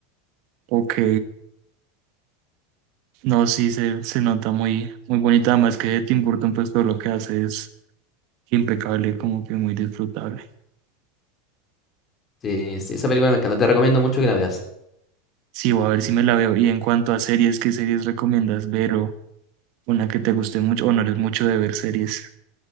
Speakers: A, on the right; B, on the left.
A: ok. No, sí, se, se nota muy, muy bonita, además que Tim Burton, pues todo lo que hace es impecable, como que muy disfrutable.
B: Sí, sí, esa película me encanta, te recomiendo mucho que la veas.
A: Sí, voy a ver si me la veo. Y en cuanto a series, ¿qué series recomiendas ver o una que te guste mucho o no eres mucho de ver series?